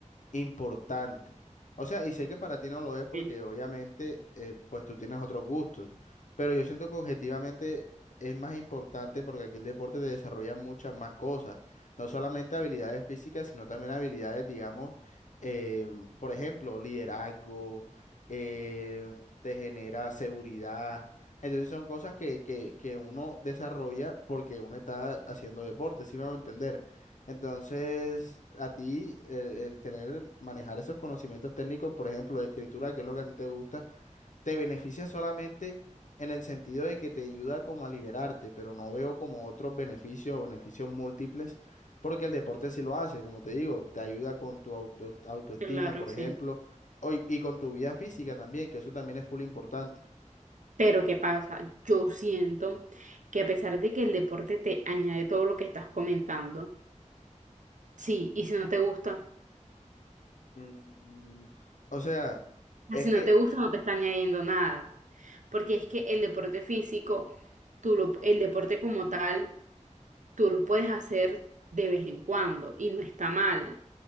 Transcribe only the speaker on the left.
importante. O sea, y sé que para ti no lo es porque
obviamente eh, pues tú tienes otros gustos, pero yo siento que objetivamente es más importante porque aquí el deporte te desarrolla muchas más cosas, no solamente habilidades físicas, sino también habilidades, digamos, eh, por ejemplo, liderazgo, eh, te genera seguridad. Entonces son cosas que, que, que uno desarrolla porque uno está haciendo deporte, ¿sí me a entender? Entonces, a ti, el, el tener, manejar esos conocimientos técnicos, por ejemplo, de escritura, que es lo que a ti te gusta, te beneficia solamente en el sentido de que te ayuda como a liberarte, pero no veo como otros beneficios o beneficios múltiples, porque el deporte sí lo hace, como te digo, te ayuda con tu auto- autoestima,
por
ejemplo, o y y con tu vida física también, que eso también es full importante.
Mm, O sea,
es
que...